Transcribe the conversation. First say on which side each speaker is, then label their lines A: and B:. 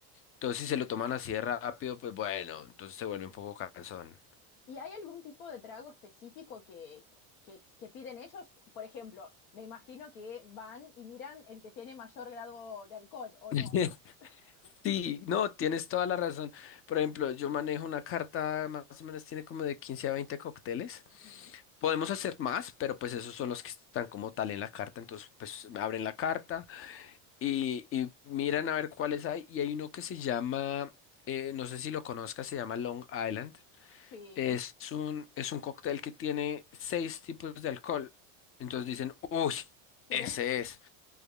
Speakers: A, on the left (about 30°); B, on the left (about 80°).
A: entonces si se lo toman así de rápido, pues bueno, entonces se vuelve un poco cansón.
B: ¿Y hay algún tipo de trago específico que, que, que piden ellos? Por ejemplo, me imagino que van y miran el que tiene mayor grado de alcohol, ¿o
A: <laughs>
B: no? <laughs>
A: Sí, no, tienes toda la razón. Por ejemplo, yo manejo una carta, más o menos tiene como de 15 a 20 cócteles.
B: Ujú.
A: Podemos hacer más, pero pues esos son los que están como tal en la carta. Entonces, pues abren la carta y, y miran a ver cuáles hay. Y hay uno que se llama, eh, no sé si lo conozcas, se llama Long Island.
B: Sí,
A: Es un, es un cóctel que tiene seis tipos de alcohol. Entonces dicen, uy,
B: quiero
A: ese
B: este.
A: es.